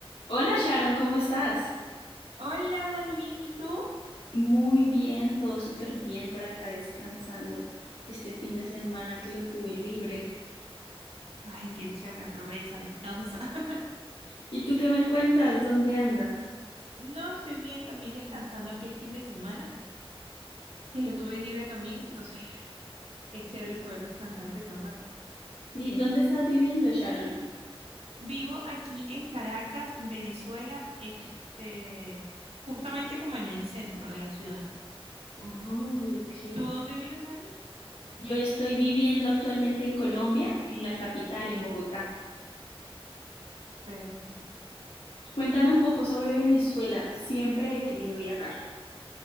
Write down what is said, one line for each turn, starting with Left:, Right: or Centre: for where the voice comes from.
Left: Hola Sharon, ¿cómo estás?
Right: Hola Dani, bien, ¿y tú?
Left: Muy bien, todo súper bien por acá descansando este fin de semana que lo tuve libre.
Right: Ay, qué chévere, aprovecha, descansa. <laughs>
Left: ¿Y tú qué me cuentas? ¿Dónde andas?
Right: No, estoy bien, también descansando aquí el fin de semana, que lo tuve libre también, entonces es chévere poder descansar aunque sea un ratico.
Left: Sí, ¿dónde estás viviendo, Sharon?
Right: Vivo aquí en Caracas, Venezuela, este, justamente como en el centro de la ciudad.
Left: Oh, ok.
Right: ¿Tú dónde vives, Dani?
Left: Yo estoy viviendo actualmente en Colombia, en la capital, en Bogotá.
Right: Pero,
Left: Cuéntame un poco sobre Venezuela. Siempre he querido viajar.